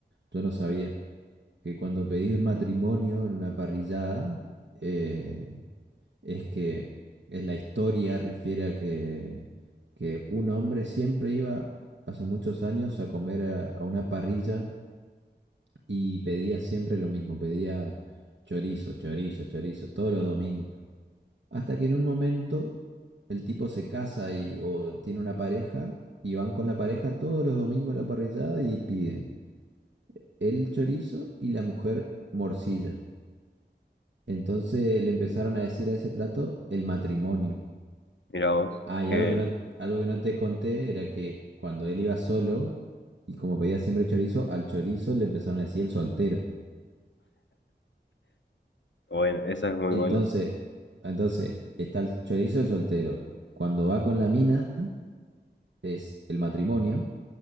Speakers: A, on the right (about 80°); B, on the left (about 80°).
A: yo no sabía. que cuando pedís un matrimonio en una parrillada, eh, es que en la historia refiere a que, que un hombre siempre iba hace muchos años a comer a, a una parrilla y pedía siempre lo mismo, pedía chorizo, chorizo, chorizo, todos los domingos. Hasta que en un momento el tipo se casa y, o tiene una pareja y van con la pareja todos los domingos a la parrillada y piden el chorizo y la mujer morcilla. Entonces le empezaron a decir a ese plato el matrimonio.
B: mirá vos,
A: Ah, y
B: que
A: algo que no, algo que no te conté era que cuando él iba solo y como pedía siempre chorizo, al chorizo le empezaron a decir el soltero.
B: bueno, esa es muy
A: Entonces,
B: buena,
A: entonces está el chorizo y el soltero. Cuando va con la mina es el matrimonio,